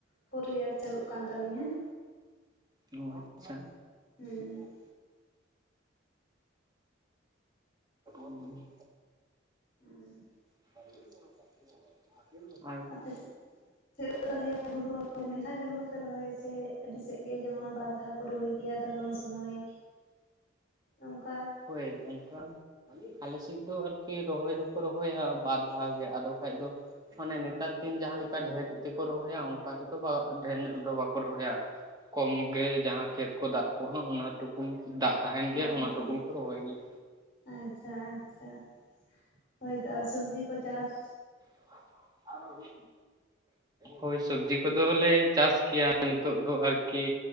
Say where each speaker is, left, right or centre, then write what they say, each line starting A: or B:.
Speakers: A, on the left; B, on the right.
A: ᱯᱷᱳᱨ ᱤᱭᱟᱨ ᱪᱟᱹᱞᱩᱜ ᱠᱟᱱ ᱛᱟᱹᱞᱤᱧᱟ ᱾
B: ᱚ ᱟᱪᱪᱷᱟ᱾
A: ᱦᱩᱸ᱾
B: <unintelligible> ᱩᱸ᱾
A: ᱦᱩᱸ᱾
B: <inaudible> <inaudible>
A: ᱟᱯᱮᱫ ᱪᱮᱫ <unintelligible> ᱦᱩᱲᱩ ᱨᱚᱦᱚᱭ ᱢᱤᱫ ᱫᱷᱟᱣ ᱜᱮ ᱦᱩᱲᱩ ᱯᱮ ᱨᱚᱦᱚᱭᱟ ᱥᱮ ᱟᱹᱰᱤ ᱥᱮᱫ ᱜᱮ ᱡᱮᱢᱚᱱ ᱵᱟᱨ ᱫᱷᱟᱣ ᱠᱚ ᱨᱚᱦᱚᱭ ᱜᱮᱭᱟ ᱫᱷᱚᱨᱚᱱ ᱥᱚᱢᱳᱭ ᱚᱝᱠᱟ
B: ᱦᱳᱭ ᱚᱝᱠᱟ ᱟᱞᱮᱥᱮᱫ ᱫᱚ ᱟᱨᱠᱤ ᱨᱚᱦᱚᱭ ᱫᱚᱠᱚ ᱨᱚᱦᱚᱭᱟ ᱵᱟᱨ ᱫᱷᱟᱣ ᱜᱮ ᱟᱫᱚ ᱠᱷᱟᱡ ᱫᱚ ᱢᱟᱱᱮ ᱱᱮᱛᱟᱨ ᱫᱤᱱ ᱡᱟᱦᱟᱸ ᱞᱮᱠᱟ ᱰᱷᱮᱨ ᱛᱮᱠᱚ ᱨᱚᱦᱚᱭᱟ ᱚᱱᱠᱟ ᱛᱮᱫᱚ ᱰᱷᱮᱨ ᱧᱚᱜ ᱫᱚ ᱵᱟᱠᱚ ᱨᱚᱦᱚᱭᱟ᱾ ᱠᱚᱢ ᱜᱮ ᱡᱟᱦᱟᱸ ᱠᱷᱮᱛ ᱠᱚ ᱫᱟᱜ ᱠᱚᱜᱼᱟ ᱚᱱᱟ ᱴᱩᱠᱩᱱ ᱫᱟᱜ ᱛᱟᱦᱮᱸᱱ ᱜᱮᱭᱟ
A: ᱚ
B: ᱚᱱᱟ ᱴᱩᱠᱩᱱ
A: ᱚ
B: ᱠᱚ ᱨᱚᱦᱚᱭ ᱜᱮᱭᱟ᱾
A: ᱟᱪᱪᱷᱟ ᱟᱪᱪᱷᱟ ᱦᱳᱭᱛᱚ ᱟᱨ ᱥᱚᱵᱡᱤ ᱠᱚ ᱪᱟᱥ
B: <inaudible> ᱦᱳᱭ ᱥᱚᱵᱡᱤ ᱠᱚᱫᱚᱞᱮ ᱪᱟᱥ ᱜᱮᱭᱟ ᱱᱤᱛᱳᱜ ᱫᱚ ᱟᱨᱠᱤ᱾